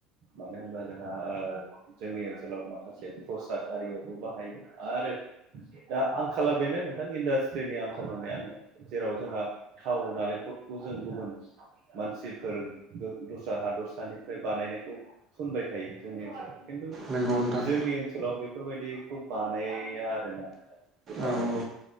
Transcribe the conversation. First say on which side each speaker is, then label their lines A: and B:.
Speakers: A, on the right; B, on the right.
A: मानो होनबा जोंहा ओ जोंनि ओनसोलाव माखासे प्रसाद आरियावबो बाहायो आरो दा आंखाला बेनो नोंथां इन्डास्ट्रिनि आंखाल होननाय आङो जेराव जोंहा थाव नालेंखलखौ जों गुबुन मानसिफोर दस्रा हा दस सनिफ्राय बानायनायखौ फुनबाय थायो जोंनि ओनसोलाव खिन्थु
B: नंगौ नोंथां
A: जोंनि ओनसोलाव बेफोरबायदिखौ बानाया आरो ना नोंथां। गोबां
B: औ औ